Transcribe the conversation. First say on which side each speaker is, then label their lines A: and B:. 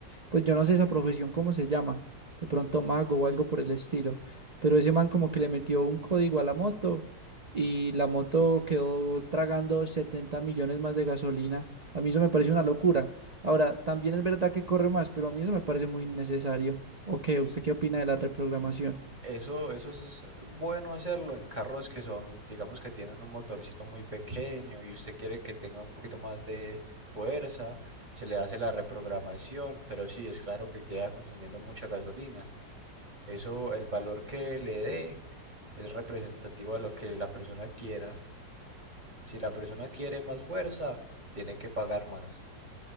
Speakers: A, on the right; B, on the right.
A: Pues yo no sé esa profesión cómo se llama, de pronto mago o algo por el estilo, pero ese man como que le metió un código a la moto y la moto quedó tragando 70 millones más de gasolina. A mí eso me parece una locura. Ahora, también es verdad que corre más, pero a mí eso me parece muy innecesario. ¿O qué? ¿Usted qué opina de la reprogramación?
B: Eso, eso es bueno hacerlo en carros que son, digamos que tienen un motorcito muy pequeño y usted quiere que tenga un poquito más de fuerza, se le hace la reprogramación, pero sí, es claro que queda consumiendo mucha gasolina. Eso, el valor que le dé es representativo a lo que la persona quiera. Si la persona quiere más fuerza, tiene que pagar más.